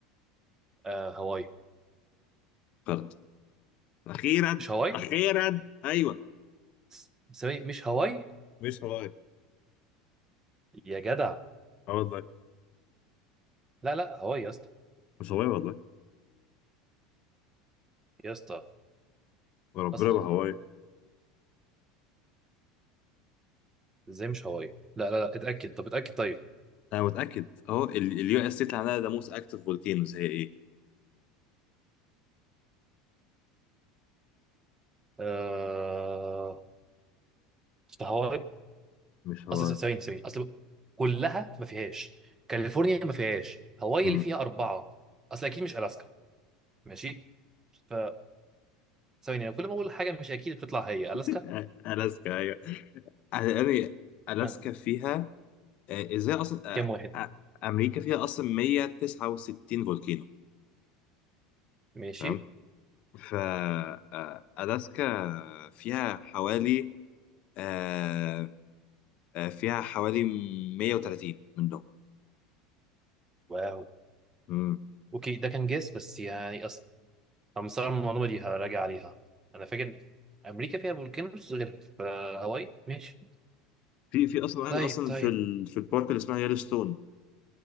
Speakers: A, on the right; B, on the left.
A: آه هواي
B: فرد اخيرا
A: مش هواي
B: اخيرا ايوه
A: س- ثواني مش هواي
B: مش هواي
A: يا جدع
B: اه والله
A: لا لا هواي يا اسطى
B: مش هواي والله
A: يا اسطى
B: وربنا
A: اصلا
B: ما هواي
A: ازاي مش هواي لا لا لا اتاكد طب اتاكد طيب
B: انا متاكد اهو اليو اس تي عندها ذا موست اكتف فولكينوز هي ايه
A: آه... مش هواي
B: مش هواي
A: اصل ثواني ثواني اصل كلها ما فيهاش كاليفورنيا ما فيهاش هواي
B: امم
A: اللي فيها اربعه اصل اكيد مش الاسكا ماشي ف ثواني أنا كل ما اقول حاجه مش اكيد بتطلع هي الاسكا
B: <laughs> الاسكا ايوه يعني الاسكا
A: آه.
B: فيها آه، ازاي اصلا آه،
A: كام واحد
B: آه، امريكا فيها اصلا 169 فولكينو
A: ماشي
B: تمام ف آه، الاسكا فيها حوالي آه، آه، فيها حوالي 130 من دول
A: واو
B: امم
A: اوكي ده كان جيس بس يعني اصل انا مستغرب من المعلومه دي هراجع عليها انا فاكر امريكا فيها فولكانوز غير في هاواي ماشي
B: في في اصلا واحد
A: طيب
B: اصلا
A: طيب
B: في ال... في البارك اللي اسمها يellowstone